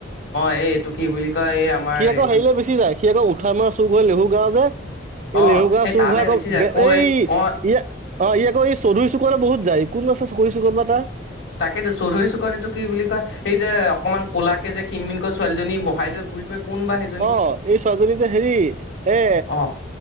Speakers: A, on the left; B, on the right.
A: এইটো কি বুলি কয় এই আমাৰ
B: সি আকৌ
A: এইটো
B: হেৰিলে গুচি যায়, সি আকৌ উঠাই মাৰ চুক হৈ লেহু গা যে। এই
A: অ
B: লেহু ঘৰা
A: সেই
B: চুহ
A: তালৈ
B: ঘৰা আকৌ
A: বেছি যায় ক
B: এই
A: অ
B: ইয়াত অ', ই আকৌ এই চৌধুৰী চুকুৰ লৈ বহুত যায়, কোন আছে ছকুৰি চুকৰুত বা তাৰ?
A: তাকেতো চৌধুৰী চুকট এটো কি বুলি কয় এই যে অকমান ক'লাকে যে সিনমিনকৈ ছোৱালীজনী বহাই ল ঘূৰি ফুৰে। কোন বা সেইজনী
B: অ এই ছোৱজনী যে হেৰি এ।
A: অ